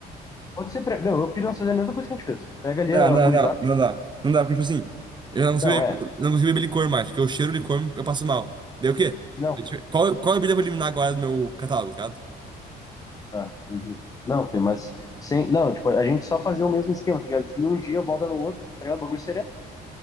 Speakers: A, on the left; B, on the right.
A: Pode ser, pre- meu, eu pilho nós fazer a mesma coisa que a gente fez. Pega ali
B: Não,
A: a
B: não,
A: gurizada.
B: não, não dá. Não dá, porque, tipo assim, eu não consigo
A: Não,
B: beber,
A: é.
B: eu não consigo beber licor mais, porque eu cheiro licor, eu passo mal. Daí o quê?
A: Não.
B: Deixa eu- Qual, qual bebida eu vou eliminar agora do meu catálogo, tá ligado?
A: Ah, entendi. Não, filho, mas sem, não, tipo, a gente só fazia o mesmo esquema, tá ligado? De um dia volta no outro, tá ligado? O bagulho seria.